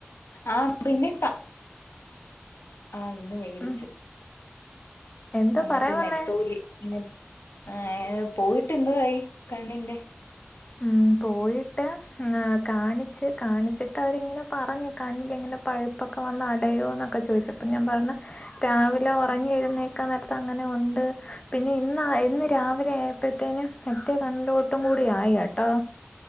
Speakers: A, on the left; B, on the left.
A: ആഹ് പിന്നെ ക ആഹ് ഇന്ന് വേടിച്ച്
B: ഉം എന്തോ
A: മറ്റേ
B: പറയാൻ വന്നേ?
A: നെത്തോലി നെ ആഹ് പോയിട്ട് എന്തോ ആയി കണ്ണിന്റെ
B: ഉം പോയിട്ട് കാണിച്ച് കാണിച്ചിട്ട് അവരിങ്ങനെ പറഞ്ഞു കണ്ണില് ഇങ്ങനെ പഴുപ്പൊക്കെ വന്നടയോന്നൊക്കെ ചോയിച്ച് അപ്പം ഞാൻ പറഞ്ഞ് രാവിലെ ഒറങ്ങി എഴുന്നേക്കാൻ നേരത്ത് അങ്ങനെ ഉണ്ട് പിന്നെ ഇന്ന് ഇന്ന് രാവിലെ ആയപ്പത്തേനു മറ്റേ കണ്ണിലോട്ടും കൂടി ആയി കേട്ടോ